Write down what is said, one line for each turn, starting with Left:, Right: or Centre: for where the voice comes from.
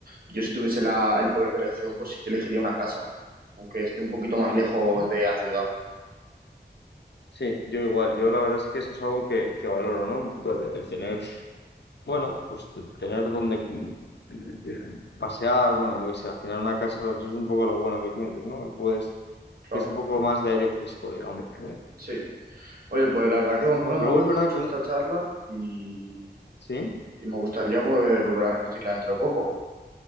Right: Yo si tuviese la- el poder de elección, pues sí que elegiría una casa, ¿no? Aunque esté un poquito más lejos
Left: Ujú.
Right: de la ciudad,
Left: Sí, yo igual, yo la verdad es que eso es algo que, que valoro, ¿no? Un poco el, el tener, bueno, pues t- tener donde mm, pasear, bueno, yo qué sé, al final una casa eso es un poco lo bueno que tienes, ¿no? Que puedes,
Right: claro.
Left: es un poco más de aire fresco, digamos, ¿no?
Right: Sí. Oye, pues la verdad que Gonzalo,
Left: Luego
Right: me gustó
Left: es verdad
Right: mucho
Left: que un,
Right: esta charla y,
Left: sí.
Right: y me gustaría poder volver a repetirla dentro de poco.